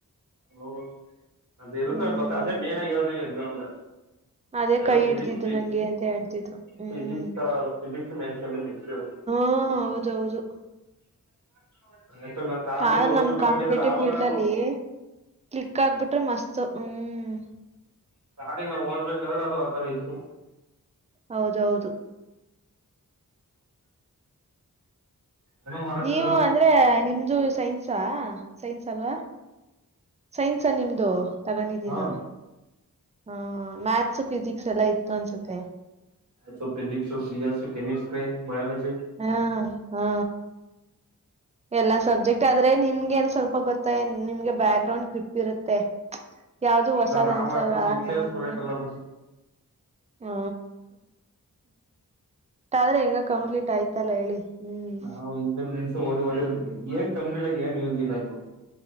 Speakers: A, on the right (about 55°); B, on the right (about 20°).
A: ಹೌದು ಅದು ಇರುತ್ತವೆ
B: ಹ್ಮ್
A: ಗೊತ್ತ ಅದೇ ಮೇನ್ಗ ಆಗಿ ಇರೋದು ಈ ಎಕ್ಸಾಮ್ ಗ.
B: ಅದೇ
A: ಅ
B: ಕೈ
A: ಫಜಿ
B: ಹಿಡ್ದಿದ್ದು
A: ಪೀ
B: ನಂಗೆ ಅಂತ ಹೇಳ್ತಿದ್ರು ಹ್ಮ್
A: ಫಿಸಿಕ್ಸ್ ತರ ಅದು ಫಿಸಿಿಕ್ಸ್ ಮ್ಯಾಥಸ್ ಮಿಕ್ಸ್ ಅದು.
B: ಹಾ ಹೌದೌದು.
A: <inaudible> ಆಕ್ಚುಲಿ ನಾ ಸ್ಟಾರ್ಟಿಂಗ್
B: ಹ
A: ಓದ್ಬೇಕು
B: ನಮ್ಮ
A: ಅನ್ಕೊಂಡಿದ್ದೆ
B: ಕಾಂಪಿಟೇಟಿವ್
A: ಆವಾಗ
B: ಫೀಲ್ಡ್
A: ನಾನು
B: ಅಲ್ಲಿ ಕ್ಲಿಕ್ ಆಗ್ಬಿಟ್ರೆ ಮಸ್ತ್ ಹ್ಮ್.
A: ಸ್ಟಾರ್ಟಿಂಗ್ ನಾವು ಓದ್ಬೇಕಾದ್ರೆ ಅದು ಆತರ ಇತ್ತು.
B: ಹೌದೌದು.
A: ಏನು ಮಾಡಕ್ಕಾಗಲ್ಲ
B: ನೀವು ಅಂದ್ರೆ ನಿಮ್ದು ಸೈನ್ಸಾ ಸೈನ್ಸ್ ಅಲ್ವಾ. ಸೈನ್ಸ ನಿಮ್ದು ತಗೊಂಡಿದ್ದಿದ್ದ
A: ಹಾ
B: ಹ. ಮ್ಯಾಥಸ್ ಫಿಸಿಕ್ಸ್ ಎಲ್ಲ ಇತ್ತು ಅನ್ಸುತ್ತೆ.
A: So physics C S chemistry biology.
B: ಹಾ ಹಾ. ಎಲ್ಲಾ ಸಬ್ಜೆಕ್ಟ್ ಆದ್ರೆ ನಿಮ್ಗೆ ಏನ್ ಸ್ವಲ್ಪ ಗೊತ್ತ ನಿಮ್ಗೆ ಬ್ಯಾಕ್ ಗ್ರೌಂಡ್ ಗ್ರಿಪ್. ಇರುತೆ ಯಾವ್ದು ಹೊಸದ್
A: ಅಂದ್ರೆ ನಾವ್
B: ಅನ್ಸಲ್ವಾ
A: ಅಷ್ಟು ಸಿನ್ಸಿಯರ್
B: ಅಲ್ಲ ನಮ್ಗೆ.
A: ಸ್ಟೂಡೆಂಟ್ ಅಲ್ಲ ಬಿಡು
B: ಹ. ಅಟ್ಟ ಆದ್ರೆ ಈಗ ಕಂಪ್ಲೀಟ್ ಆಯ್ತಲ್ಲ ಹೇಳಿ ಹ್ಮ್.
A: ನಾವು ಹಿಂದಿನ ದಿವ್ಸ ಓದಿ ಓದಿ ಓದಿ ಏನ್ ಕಂಪ್ಲೀಟ್ ಆಗಿ ಏನು ಯೂಸ್ ಇಲ್ಲ ಬ್ರೋ